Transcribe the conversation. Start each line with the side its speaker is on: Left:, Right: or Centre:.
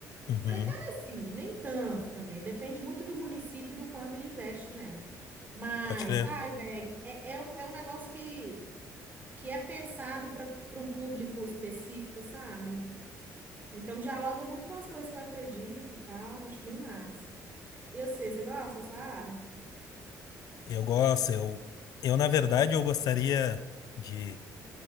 Left: Uhum,
Right: Precária, sim, nem tanto também. Depende muito do município e do quanto ele investe nela. Mas,
Left: pode crer.
Right: ai, velho, é, é um é um negócio que que é pensado para um público específico, sabe? Então dialoga muito com as coisas que eu acredito e tal, acho bem massa. E eu sei, você gosta dessa área?
Left: Eu gosto, eu, eu na verdade, eu gostaria. de